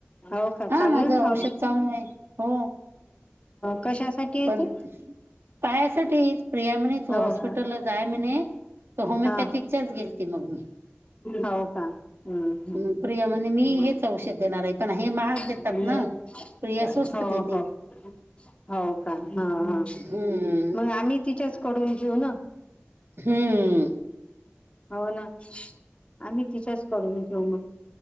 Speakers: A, on the left; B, on the right.
A: हो का
B: हा
A: चालू
B: माझं
A: आहे मग औषध?
B: चालू आहे हो
A: कशासाठी हे
B: पण
A: ते?
B: पायासाठी प्रिया म्हणे तू
A: हो
B: हॉस्पिटलला
A: का?
B: जाय म्हणे तर होमिओपॅथिकच्याच
A: हा.
B: गेलती मग
A: हो का? हम् हम्.
B: मी प्रिया म्हणे मी हेच औषध देणार आहे पण हे महाग
A: <unintelligible>
B: देतात ना प्रिया स्वस्त देते
A: हो हो का? हा हा.
B: हम्म
A: मग आम्ही तिच्याच कडून घेऊ ना.
B: हम्म.
A: हो ना आम्ही तिच्याच करून घेऊ मग.